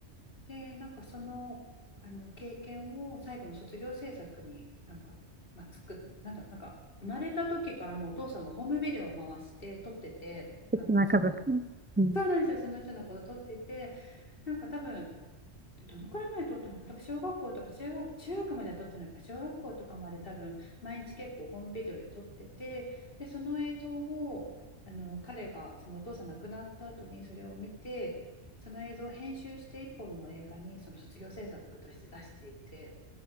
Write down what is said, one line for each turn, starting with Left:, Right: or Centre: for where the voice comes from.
Left: で、なんかその、あの経験を最後の卒業制作になんか、まあ、つく、なんだろう、なんか生まれた時からもうお父さんがホームビデオを回して撮ってて、
Right: 敵な家族。
Left: あの、その、
Right: うん。
Left: そうなんですよ、その人のこと撮ってて、なんか多分でどのくらいまで取ったのか、多分小学校とか中学、中学までは取ってないのか、小学校とかまで多分毎日結構ホームビデオで撮ってて、で、その映像をあの彼がそのお父さん亡くなった後にそれを見て、その映像を編集して一本の映画にその卒業制作として出していて、